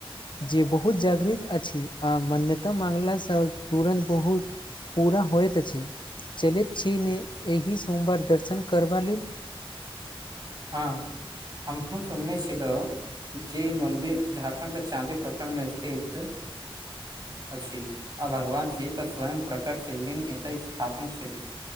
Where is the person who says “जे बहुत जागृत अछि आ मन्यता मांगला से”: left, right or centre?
Left